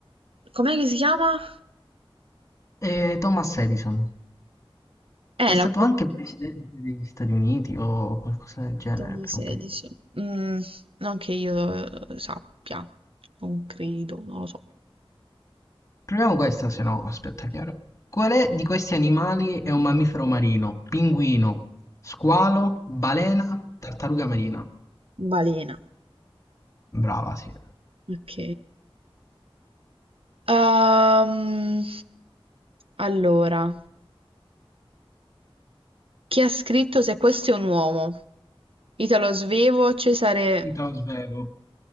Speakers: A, on the right; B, on the left.
A: com'è che si chiama?
B: Eh, Thomas Edison,
A: Eh,
B: che è
A: la
B: stato anche presidente degli Stati Uniti o qualcosa del genere
A: Tom
B: per
A: 16.
B: un periodo.
A: Mm, non che io eh, sappia, non credo, non lo so.
B: Proviamo questa, se no, aspetta, chiaro. Quale di questi animali è un mammifero marino? Pinguino, squalo, balena, tartaruga marina.
A: Balena,
B: Brava, sì.
A: ok. Ehm, allora, chi ha scritto Se questo è un uomo? Italo Svevo, Cesare...
B: Io te lo svelo.